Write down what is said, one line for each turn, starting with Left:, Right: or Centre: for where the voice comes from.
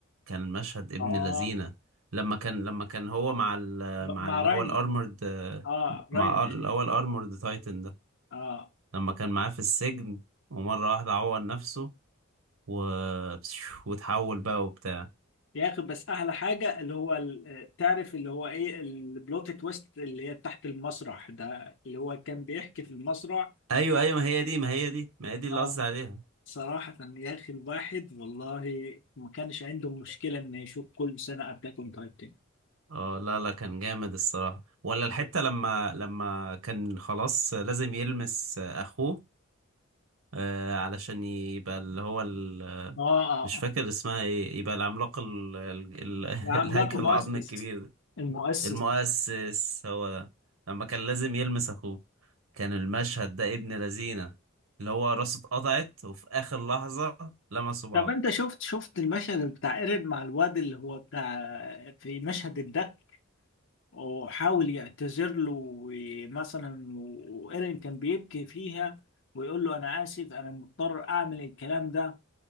Right: كان المشهد ابن
Left: اه
Right: لذينه لما كان لما كان هو مع ال...
Left: ب-
Right: مع
Left: مع
Right: اللي
Left: راينا
Right: هو الارمورد
Left: اه راينا
Right: مع ال- اللي هو الارمورد تايتن ده
Left: اه
Right: لما كان معاه في السجن ومرة واحدة عور نفسه و... <laughs> وتحول بقى وبتاع
Left: بياخد بس احلى حاجه اللي هو ال- تعرف اللي هو ايه البلوت تويست اللي هي تحت المسرح ده اللي هو كان بيحكي في المسرح
Right: ايوه ايوه ما هي دي ما هي دي ما هي دي اللي
Left: اه
Right: قصدي عليها
Left: صراحة يا أخي الواحد والله ما كانش عنده مشكلة إنه يشوف كل سنة أتاك أون تايتن
Right: اه لا لا كان جامد الصراحة ولا الحتة لما لما كان خلاص لازم يلمس اخوه آه علشان يبقى اللي هو ال...
Left: آه آه
Right: مش فاكر اسمها ايه يبقى العملاق ال... ال... ال...
Left: العملاق
Right: <laughs> الهيكل
Left: المؤسس
Right: العظمي الكبير ده
Left: المؤسس
Right: المؤسس هو ده لما كان لازم يلمس اخوه كان المشهد ده ابن لذينه اللي هو راسه اتقطعت وفي اخر لحظة لمسوا بعض
Left: طب انت شفت شفت المشهد بتاع ايرين مع الواد اللي هو بتاع في مشهد الدك وحاول يعتذر له ومثلا وايرين كان بيبكي فيها ويقول له انا اسف انا مضطر اعمل الكلام ده